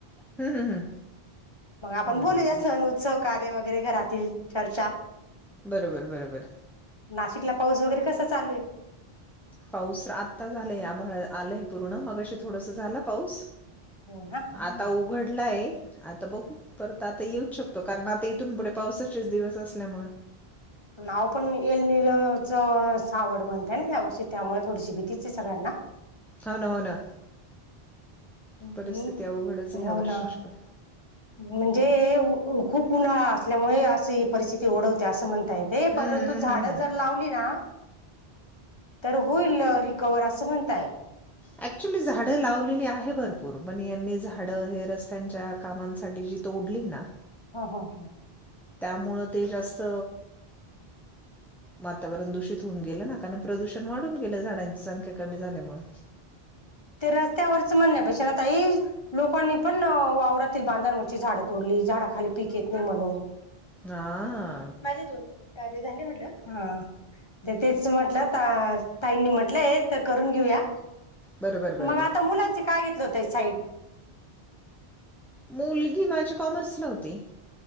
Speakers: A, in the centre; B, on the left.
A: हं, हं, हं.
B: मग आपण
A: बरोबर
B: बोलूया,
A: बरोबर
B: सण, उत्सव कार्य वगैरे. घरातील चर्चा-
A: बरोबर बरोबर.
B: नाशिकला पाऊस वगैरे कसा चालू आहे
A: पाऊस आता झालाय. <unintelligible> आलय पूर्ण. मगाशी थोडा सा झाला पाऊस
B: हो ना
A: आता उघडल. नाही आता बघू परत आता येऊच शकतो, कारण आता इथून पुढे पावसाचेच दिवस असल्यामुळे
B: नाव पण येल न येल च सावड म्हनतेय ना या वर्षी. त्यामुळे थोडीशी भीतीच आहे सगळ्यांना.
A: होना होना.
B: हम्म
A: परिस्थिती अवघड आहे च ह्या
B: हो
A: वर्षीची
B: ना
A: पण.
B: म्हणजे खूप उन्हाळा असल्यामुळे अस ही परिस्थिती ओढवते असं म्हण
A: हम्म
B: परंतु
A: हम्म
B: झाड
A: हम्म हम्म
B: जर लावली ना. तर होईल रिकवर असं म्हणताय.
A: अऍक्च्युली झाड लावलेली आहे भरपूर पण यांनी झाड हे रस्त्यांच्या कामांसाठी तोडली ना.
B: हो, हो, हो,
A: त्यामुळं ते जास्त वातावरण दूषित होऊन गेलं ना कारण प्रदूषण वाढून गेलं झाडांची संख्या, कमी झाल्यामुळे
B: ते रस्त्यावरच म्हणण्या त ताई लोकांनी पण वावरातील बांधांवरची झाडं तोडली झाडा खाली पीक येत नाही म्हणून.
A: हा.
B: माझे दोन कार्य झाले म्हटलं. तेच म्हटलं ताईंनी म्हटलं हे. घेऊया
A: बरोबर बरोबर
B: मग आता मुलां काय घेतलं होत साईड.
A: मुलगी माझ्या कॉमर्सला होती.